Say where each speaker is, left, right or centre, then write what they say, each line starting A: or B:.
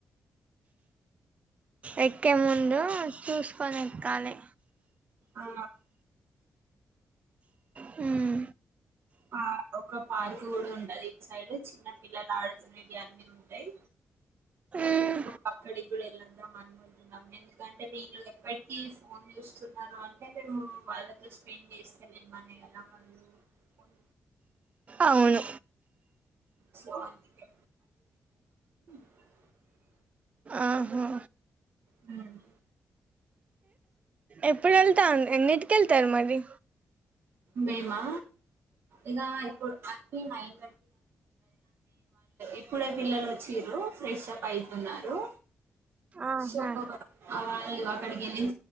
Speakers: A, on the right; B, on the right.
A: ఎక్కే ముందు చూసుకొని ఎక్కాలి.
B: ఆ
A: హ్మ్
B: పార్క్ ఒక పార్క్ కూడా ఉండది సైడ్ చిన్న పిల్లలు ఆడుకునేటివి అన్నీ ఉంటాయి
A: ఉమ్
B: పక్కది కూడా వెళ్ళాం <inaudible> <unintelligible> ఎందుకంటే వీళ్లు బట్టి ఫోన్ చూస్తున్నారు అంటే మేము వాళ్ళతో స్పెండ్ చేస్తలేమని కదా వాళ్ళు ఫోన్
A: అవును
B: సో అందుకే <unintelligible>
A: ఆహా
B: హ్మ్
A: ఎప్పుడు వెళ్తా ఎన్నింటికి ఎళ్తరు మరి
B: మేమా ఇగా ఇప్పుడు థర్టీ నైన్ ఇప్పుడే పిల్లలు వచిండ్రు ఫ్రెష్ అప్ అయితున్నారు.
A: ఆహా
B: సో వాళ్ళు ఆక్కడికెల్లిం